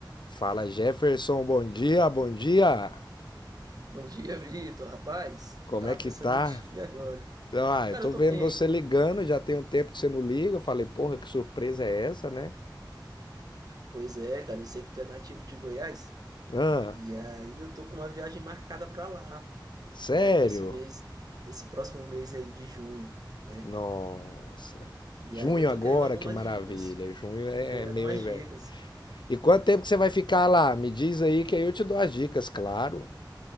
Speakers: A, on the left (about 70°); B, on the right (about 50°).
A: Fala Jefferson, bom dia, bom dia.
B: Bom dia, Vitor. Rapaz,
A: Como
B: eu tava
A: é que
B: pensando
A: tá?
B: em ti agora.
A: Ah,
B: Cara,
A: eu tô
B: eu tô
A: vendo
B: bem.
A: você ligando, já tem um tempo que você não liga. Eu falei, porra, que surpresa é essa, né?
B: Pois é, cara, eu sei que tu é nativo de Goiás.
A: Ah,
B: E aí eu tô com uma viagem marcada pra lá,
A: sério?
B: né? Pra esse mês, nesse próximo mês aí de junho, né?
A: Nossa.
B: E
A: Junho
B: aí eu tô
A: agora,
B: querendo algumas
A: que maravilha.
B: dicas.
A: Junho é
B: Tô querendo
A: é meio
B: algumas
A: inverno.
B: dicas.
A: E quanto tempo que você vai ficar lá? Me diz aí que aí eu te dou as dicas, claro.